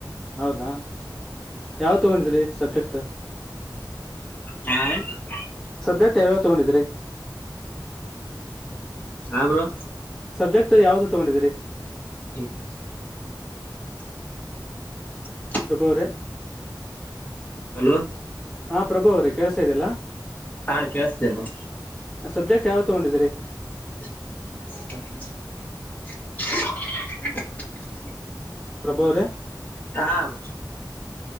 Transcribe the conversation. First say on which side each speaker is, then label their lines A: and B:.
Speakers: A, in the centre; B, on the left (about 20°).
A: ಹೌದಾ ಯಾವ ತಗೊಂಡಿದ್ರಿ ಸಬ್ಜೆಕ್ಟ್
B: ಹಾ
A: ಸದ್ಯಕ್ಟ್ ಯಾವ್ಯಾವ ತಗೊಂಡಿದ್ರಿ
B: ಯಬ್ರು
A: ಸಬ್ಜೆಕ್ಟ್ ಯಾವ್ದು ತಗೊಂಡಿದೀರಿ
B: ಬ
A: ಪ್ರಭೋರೆ
B: ಹಲೋ
A: ಹಾ ಪ್ರಭು ಅವ್ರಿ ಕೆಳ್ಸಾ ಇದಲ್ಲಾ
B: ಹಾ ಕೇಳಿಸ್ತಿದೆ ಬ್ರೋ
A: ಸಬ್ಜೆಕ್ಟ್ ಯಾವ ತಗೊಂಡಿದಿರಿ
B: <unintelligible>
A: ಪ್ರಭಾವ ಅರೇ
B: ಹಾಂ ಬ್ರೊ